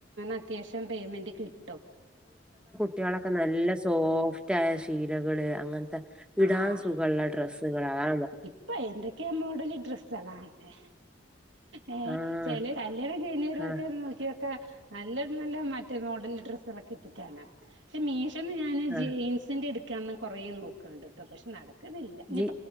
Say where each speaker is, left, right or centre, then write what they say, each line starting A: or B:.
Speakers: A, on the right; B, in the centre.
A: അത്യാവശ്യം പേയ്മെന്റ് കിട്ടും
B: കുട്ട്യാളൊക്കെ നല്ല സോഫ്റ്റായ ശീലങ്ങള് അങ്ങനെ ത ഇടാൻ
A: ആഹ്
B: സുഗള്ള ഡ്രസ്സുകള് അതാ
A: ഇപ്പൊ എന്തൊക്കെ മോഡല് ഡ്രസ്സാളാണ് ഏ
B: ആഹ്
A: ചെല കല്യാണം കഴിഞ്ഞീരൊക്കെ
B: ആഹ്
A: നോക്കിയ റ്റെ നല്ലത് നല്ലത് മറ്റേ മോഡല് ഡ്രസ്സാളൊക്കെ ഇറ്റ്റ്റ് കാണാ ഷെ മീഷോന്ന് ഞാ ഞൻ
B: ആഹ്
A: ജെയിംസിന്റെ ഇടുക്കാ കൊറേ നോക്കണ്ട് കേട്ടോ പക്ഷെ നടക്കുന്നില്ല ഇനി
B: ജി